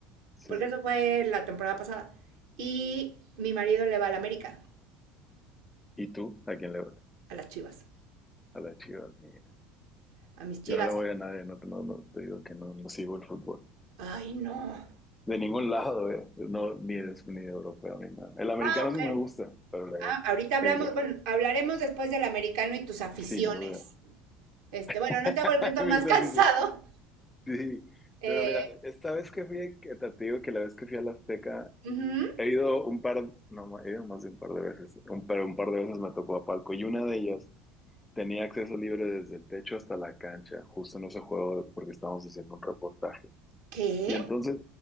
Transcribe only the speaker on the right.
Porque eso fue la temporada pasada. Y mi marido le va al América,
a las Chivas,
a mis Chivas.
Ay, no.
Ah, ok.
Ah, ahorita hablamos,
bueno, hablaremos después del americano y tus aficiones.
Este, bueno,
no te hago el cuento
más
<laughs> cansado.
Eh,
ujú.
¿Qué?